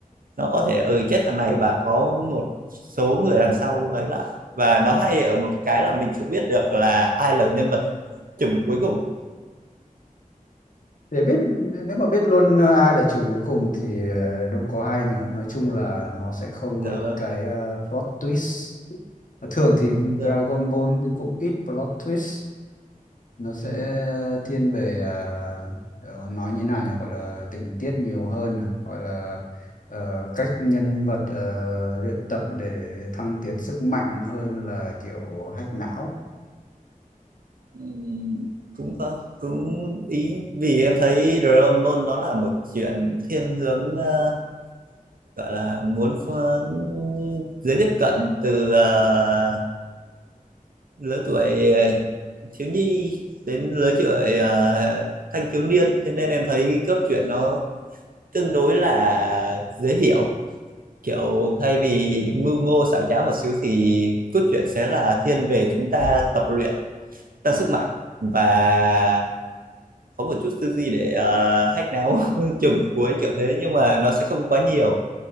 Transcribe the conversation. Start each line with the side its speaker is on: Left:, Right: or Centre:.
Right: nó có thể ừ chết thằng này và có một số người đằng sau ấy lại và nó hay ở một cái là mình không biết được là ai là nhân vật chùm cuối cùng
Left: để biết nếu mà biết luôn ờ, ai là chủng cuối cùng thì ờ, đâu có hay nhở nói chung là nó sẽ không
Right: dạ
Left: có những
Right: vâng
Left: cái ờ, plot twist Và thường thì
Right: đúng rồi
Left: Dragon Ball thì cũng ít plot twist nó sẽ
Right: đúng rồi
Left: thiên về ờ, ờ, nói như nào nhỉ gọi là tình tiết nhiều hơn à, gọi là ờ, cách nhân vật ờ, luyện tập để thăng tiến sức mạnh hơn là kiểu hack não
Right: Ừm, cũng có cũng ý vì em thấy Dragon Ball nó là một chuyện thiên hướng ờ, gọi là muốn pha- dễ tiếp cận từ ờ, lứa tuổi ờ, thiếu nhi đến lứa tuổi ờ, thanh thiếu niên thế nên em thấy cái cốt truyện nó tương đối là dễ hiểu kiểu thay vì mưu mô xảo trá một xíu thì cốt truyện sẽ là thiên về chúng ta tập luyện tăng sức mạnh và có một chút tư duy để uh, hack não <laughs> chùm cuối kiểu thế nhưng mà nó sẽ không quá nhiều